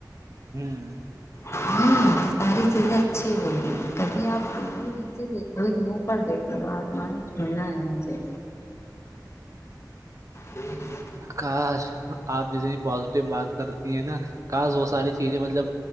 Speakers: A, on the right (about 45°); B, on the left (about 40°).
A: ہوں
B: ہے نا تو ساری چیزیں اچھی ہوگی کبھی آپ خ مجھے دیکئی م پر د وہ آپمان کرنا ہے مجھے جٹ
A: کاش آپ جتنی پازیٹیو بات کرتی ہیں نا کاش وہ ساری چیزیں مطلب